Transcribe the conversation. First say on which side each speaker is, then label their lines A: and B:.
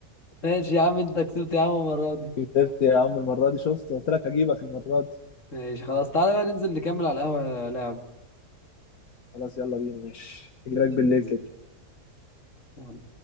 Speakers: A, on the left; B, on the left.
A: ماشي يا عم أنت كسبت يا عم المرة دي
B: كسبت يا عم المرة دي شفت قلت لك هجيبك المرة دي
A: ماشي خلاص تعالى بقى ننزل نكمل على القهوة لعب
B: خلاص يلا بينا ماشي هجيلك
A: ماشي
B: بالليل
A: يا فندم.
B: كده
A: يلا.